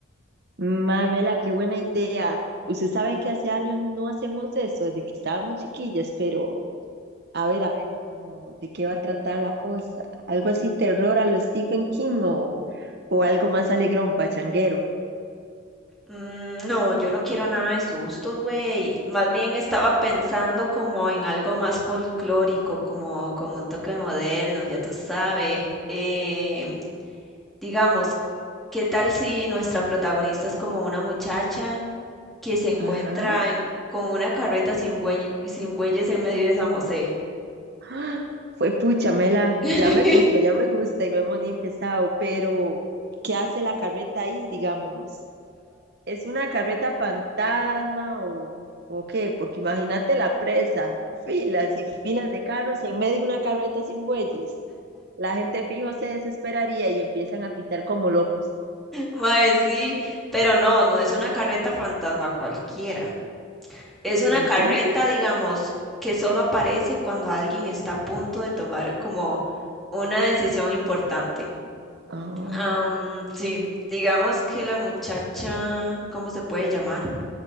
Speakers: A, on the right (about 50°); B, in the centre.
A: Mamela, qué buena idea. Usted sabe que hace años no hacemos eso, desde que estábamos chiquillas, pero a ver, a ver, como de qué va a tratar la cosa. Algo así terror a lo Stephen King o, o algo más alegrón, pachanguero.
B: Mm, No, yo no quiero nada de sustos, güey. Más bien estaba pensando como en algo más folclórico, como con un toque moderno, ya tú sabes. Eh, digamos, ¿qué tal si nuestra protagonista es como una muchacha que se encuentra
A: Ajá.
B: en- con una carreta sin buey- sin bueyes en medio de San José?
A: ¡Ah! Fue pucha, Mela,
B: <laughs>
A: ya me gusta, ya me gusta y no hemos ni empezado, pero ¿qué hace la carreta ahí, digamos? ¿Es una carreta fantasma o, o qué? Porque imagínate la presa, filas y filas de carros y en medio una carreta sin bueyes. La gente fijo se desesperaría y empiezan a pitar como locos.
B: Mae, sí, pero no, no es una carreta fantasma cualquiera. Es una
A: Entonces,
B: carreta, digamos, que solo aparece cuando alguien está a punto de tomar como una decisión importante.
A: ah,
B: Am, sí, digamos que la muchacha, ¿cómo se puede llamar?